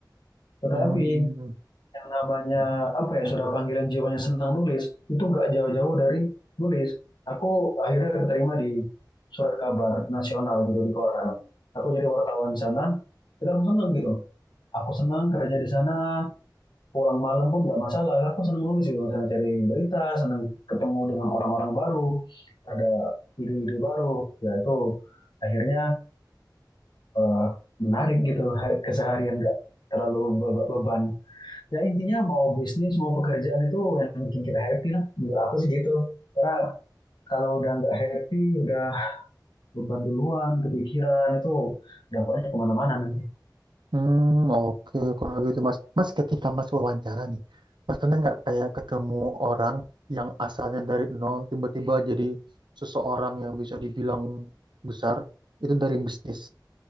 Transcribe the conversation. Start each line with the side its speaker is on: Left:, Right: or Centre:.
Left: Tetapi
Right: Hmm,
Left: yang namanya apa ya sudah panggilan jiwanya senang nulis itu nggak jauh-jauh dari nulis aku akhirnya keterima di surat kabar nasional gitu di koran aku jadi wartawan di sana kita aku seneng gitu aku senang kerja di sana pulang malam pun nggak masalah aku seneng nulis gitu misalnya cari berita seneng ketemu dengan orang-orang baru ada ide-ide baru ya itu akhirnya eh, menarik gitu keseharian nggak terlalu be- beban ya intinya mau bisnis mau pekerjaan itu yang bikin kita happy lah menurut aku sih gitu karena kalau udah nggak happy udah beban duluan kepikiran itu dampaknya kemana-mana nanti
Right: hmm, oke kalau gitu Mas. Mas ketika Mas wawancara nih, Mas pernah nggak kayak ketemu orang yang asalnya dari nol tiba-tiba jadi seseorang yang bisa dibilang besar itu dari bisnis?